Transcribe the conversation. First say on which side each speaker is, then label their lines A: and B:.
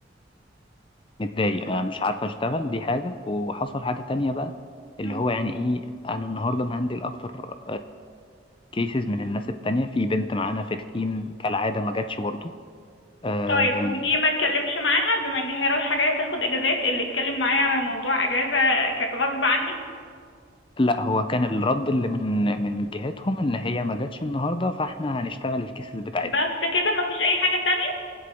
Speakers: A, on the left (about 30°); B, on the left (about 80°).
A: متضايق أنا مش عارف اشتغل دي حاجة وحصل حاجة تانية بقى اللي
B: مم.
A: هو يعني ايه انا النهاردة مهندل اكتر كيسز من الناس التانية في بنت معانا في التيم كالعادة ما جاتش برضو آم،
B: طيب ودي ما اتكلمش معاها بما ان هي رايحة جاية تاخد اجازات اللي اتكلم معايا على موضوع اجازة كانت غصب عني
A: لا هو كان الرد اللي من من جهتهم ان هي ما جاتش النهاردة فاحنا هنشتغل الكيسز بتاعتها
B: بس كده ما فيش اي حاجة تانية